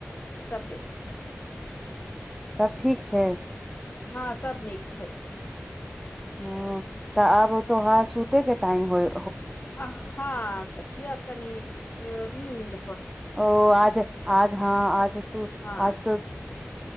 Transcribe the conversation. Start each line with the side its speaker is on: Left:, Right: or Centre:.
Left: सभ बेस छै
Centre: सभ ठीक छै
Left: हँ सब नीक छै
Centre: हँ तऽ आब तोहार सुते के टाइम होय
Left: आ हँ सखी तनी अ नीद
Centre: ओ आज आज हँ आज तू
Left: हँ
Centre: आज तऽ